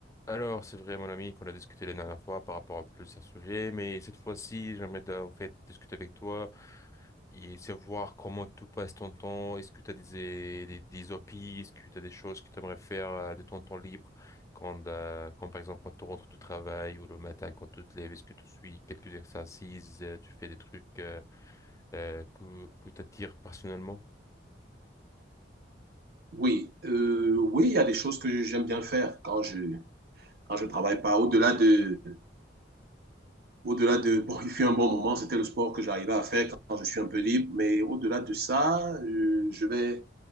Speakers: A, on the left; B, on the right.
A: Alors, c'est vrai, mon ami, qu'on a discuté la dernière fois par rapport à plusieurs sujets, mais cette fois-ci, j'aimerais d'a- en fait discuter avec toi et savoir comment tu passes ton temps. Est-ce que tu as des, des, des hobbies? Est-ce que tu as des choses que tu aimerais faire euh, de ton temps libre quand, euh, quand, par exemple, quand tu rentres du travail ou le matin quand tu te lèves, est-ce que tu suis quelques exercices, euh, tu fais des trucs euh, euh, que, que t'attires personnellement?
B: Oui, euh, oui, il y a des choses que j'aime bien faire quand je quand je travaille pas. Au-delà de au-delà de <laughs> bon, il fut un bon moment, c'était le sport que j'arrivais à faire quand je suis un peu libre. Mais au-delà de ça, euh, je vais